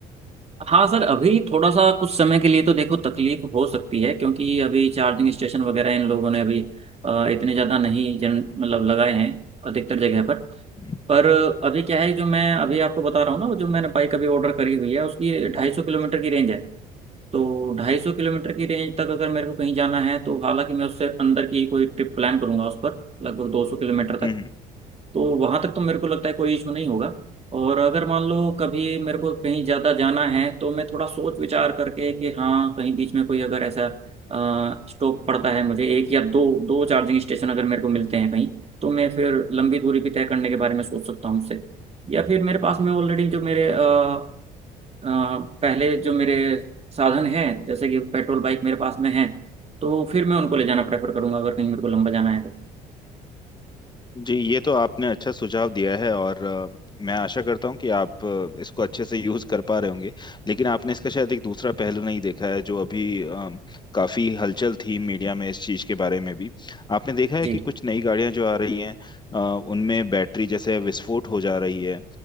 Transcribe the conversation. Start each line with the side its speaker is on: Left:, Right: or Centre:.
Right: हाँ सर अभी थोड़ा सा कुछ समय के लिए तो देखो तकलीफ हो सकती है क्योंकि अभी चार्जिंग स्टेशन वगैरह इन लोगों ने अभी अ, इतने ज़्यादा नहीं जन मतलब लगाए हैं अधिकतर जगह पर
Left: हम्म
Right: पर अभी क्या है जो मैं अभी आपको बता रहा हूँ ना वो जो मैंने बाइक अभी ऑर्डर करी हुई है उसकी ढाई सौ किलोमीटर की रेंज है तो ढाई सौ किलोमीटर की रेंज तक अगर मेरे को कहीं जाना है तो हालांकि मैं उससे अंदर की कोई ट्रिप प्लान करूंगा उस पर लगभग दो सौ किलोमीटर
Left: हम्म।
Right: तक तो वहां तक तो मेरे को लगता है कोई इशू नहीं होगा और अगर मान लो कभी मेरे को कहीं ज्यादा जाना है तो मैं थोड़ा सोच विचार करके कि हाँ कहीं बीच में कोई अगर ऐसा स्टॉप पड़ता है मुझे एक या दो दो चार्जिंग स्टेशन अगर मेरे को मिलते हैं कहीं तो मैं फिर लंबी दूरी भी तय करने के बारे में सोच सकता हूँ उससे या फिर मेरे पास में ऑलरेडी जो मेरे अ, अ, पहले जो मेरे साधन हैं जैसे कि पेट्रोल बाइक मेरे पास में है तो फिर मैं उनको ले जाना प्रेफर करूंगा अगर कहीं मेरे को लंबा जाना है तो
Left: जी ये तो आपने अच्छा सुझाव दिया है और अ, मैं आशा करता हूँ कि आप अ, इसको अच्छे से यूज कर पा रहे होंगे लेकिन आपने इसका शायद एक दूसरा पहलू नहीं देखा है जो अभी अ, काफी हलचल थी मीडिया में इस चीज के बारे में भी आपने देखा है
Right: जी
Left: कि कुछ नई गाड़ियां जो आ रही हैं अ, उनमें बैटरी जैसे विस्फोट हो जा रही है